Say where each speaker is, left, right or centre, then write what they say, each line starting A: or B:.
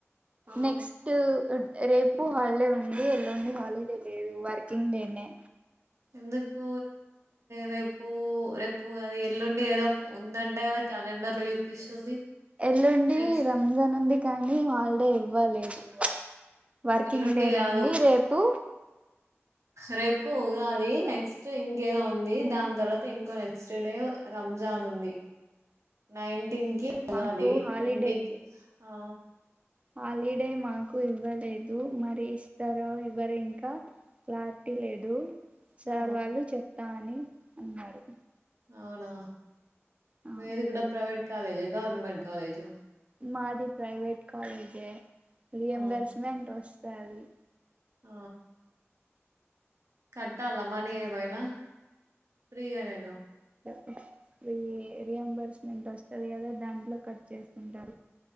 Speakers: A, on the right; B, on the right.
A: ఆ
B: నెక్స్టూ రేపు హాలిడే ఉంది ఎల్లుండి హాలిడే లేదు వర్కింగ్ డేనే
A: ఎందుకు రేపు రేపు అది ఎల్లుండి ఏదో ఉందంటే కదా క్యాలెండర్ లో చూపిస్తుంది
B: ఎల్లుండి
A: నెక్స్ట్
B: రంజాన్ ఉంది కానీ హాలిడే ఇవ్వలేదు వాళ్ వర్కింగ్
A: ఎల్లుండి
B: డేనె
A: కాదు
B: ఉంది రేపు
A: రేపు ఉగాది, నెక్స్ట్ ఇంకేదో ఉంది, దాని తర్వాత ఇంకో నెక్స్ట్ డే రంజాన్ నుంది. నైన్టీన్ కి ఉగాది
B: మాకు హాలిడే
A: ట్వంటీకి ఆ
B: హాలిడే మాకు ఇవ్వలేదు. మరి ఇస్తారో ఇవ్వరో ఇంకా క్లారిటీ లేదు. సార్
A: ఆ
B: వాళ్ళు చెప్తా అని అన్నారు
A: అవునా
B: ఆ
A: మీది గూడ ప్రైవేట్ కాలేజి గవర్నమెంట్ కాలేజ్
B: మాది ప్రైవేట్ కాలేజే రియంబర్స్మెంట్
A: ఆ
B: వస్ సరి
A: ఆ ఉంటాల్లమని ఏమైనా ఫ్రీగా వెళ్ళు
B: <unintelligible> రి రియంబర్స్ మెంట్ వస్తది గదా దాంట్లో కట్ చేసుకుంటారు.